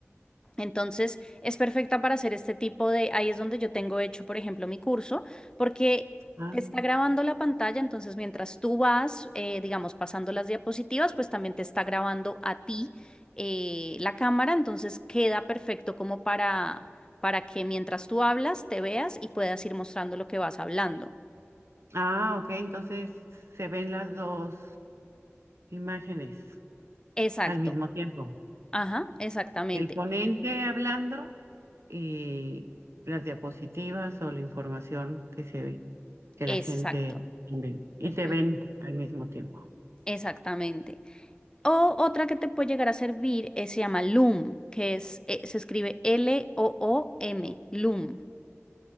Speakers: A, on the left; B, on the right.
A: Entonces, es perfecta para hacer este tipo de, ahí es donde yo tengo hecho, por ejemplo, mi curso, porque
B: Ah.
A: te está grabando la pantalla, entonces mientras tú vas, eh, digamos, pasando las diapositivas, pues también te está grabando a ti eh, la cámara, entonces queda perfecto como para, para que mientras tú hablas, te veas y puedas ir mostrando lo que vas hablando.
B: Ah, ok, entonces se ven las dos imágenes
A: Exacto.
B: al mismo tiempo.
A: Ajá, exactamente.
B: El ponente hablando y las diapositivas o la información que se ve, que
A: Exacto.
B: la gente ve y te
A: Mm,
B: ven al mismo tiempo.
A: Exactamente. O otra que te puede llegar a servir eh, se llama Loom, que es, eh, se escribe L-O-O-M, Loom.